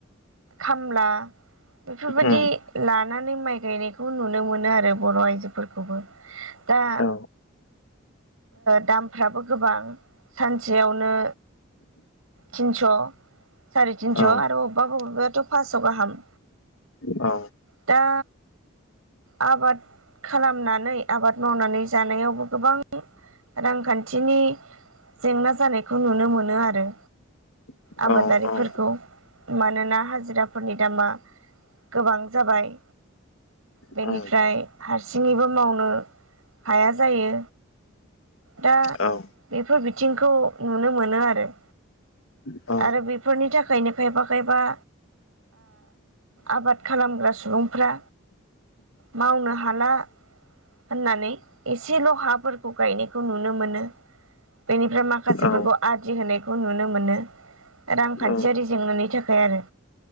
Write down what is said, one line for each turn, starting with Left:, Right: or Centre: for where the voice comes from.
Right: खामला बेफोरबायदि
Left: उम
Right: लानानै माइ गायनाय खौ नुनो मोनो आरो बर' आइजोफोरखौबो दा
Left: औ
Right: दामफ्राबो गोबां सानसेयावनो तिनस' साराय तिनस'
Left: औ
Right: आरो अबबा बबेबायाथ' फासस' गाहाम
Left: औ
Right: दा आबाद खालामनानै आबाद मावनानै जानायावबो गोबां रांखान्थिनि जेंना जानायखौ नुनो मोनो आरो
Left: औ
Right: आबादारिफोरखौ मानोना हाजिराफोरनि दामा गोबां जाबाय बेनिफ्राय
Left: औ
Right: हारसिङैबो मावनो हाया जायो दा
Left: औ औ
Right: बेफोर बिथिंखौ नुनो मोनो आरो
Left: औ
Right: आरो बेफोरनि थाखायनो खायफा खायफा आबाद खालामग्रा सुबुंफ्रा मावनो हाला होननानै एसेल' हाफोरखौ गायनायखौ नुनो मोनो। बेनिफ्राय माखासेफोरखौ
Left: औ
Right: आदि होनायखौ नुनो मोनो। रांखान्थियारि
Left: औ
Right: जेंनानि थाखाय आरो